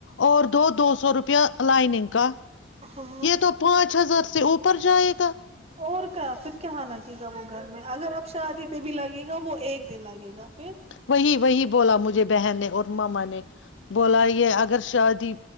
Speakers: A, on the left (about 75°); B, on the right (about 30°).
A: اور دو دو سو روپیہ لائنن کا
B: ہاں
A: یہ تو پانچ ہزار سے اوپر جائے گا
B: اور کیا پھر کیااں لگے گا وہ گھر میں اگر آپ شادی پہ بھی لگے گا وہ ایک دن لگے گا پھر
A: وہی وہی بولا مجھے بہن نے اور مما نے بولا یہ اگر شادی